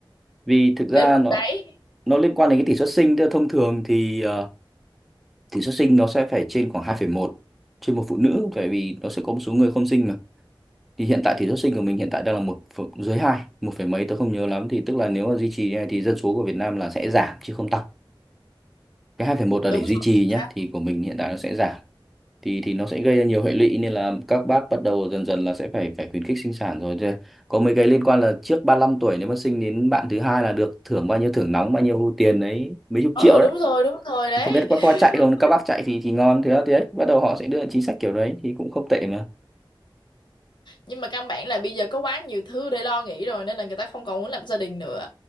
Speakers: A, in the centre; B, on the left (about 60°).
A: vì thực ra
B: Đến mức
A: nó
B: đấy.
A: nó liên quan đến cái tỷ suất sinh tức là thông thường thì ờ, tỷ suất sinh nó sẽ phải trên khoảng 2,1 trên một phụ nữ tại vì nó sẽ có một số người không sinh mà thì hiện tại tỷ suất sinh của mình hiện tại đang là một phẩy- dưới hai một phẩy mấy tôi không nhớ lắm thì tức là nếu mà duy trì như này thì dân số của Việt Nam là sẽ giảm chứ không tăng cái 2,1 là
B: Đúng
A: để duy
B: rồi,
A: trì
B: chính
A: nhá
B: xác.
A: thì của mình hiện tại nó sẽ giảm thì thì nó sẽ gây ra nhiều hệ lụy nên là các bác bắt đầu dần dần là sẽ phải phải khuyến khích sinh sản rồi Thế có mấy cái liên quan là trước 35 tuổi nếu mà sinh đến bạn thứ hai là được thưởng bao nhiêu thưởng nóng bao nhiêu tiền đấy mấy chục
B: Ừ
A: triệu
B: đúng rồi, đúng rồi đấy.
A: không biết
B: <laughs>
A: các qua chạy không các bác chạy thì thì ngon thế đó thế đấy bắt đầu họ sẽ đưa những chính sách kiểu đấy thì cũng không tệ mà
B: Nhưng mà căn bản là bây giờ có quá nhiều thứ để lo nghĩ rồi nên là người ta không còn muốn làm gia đình nữa.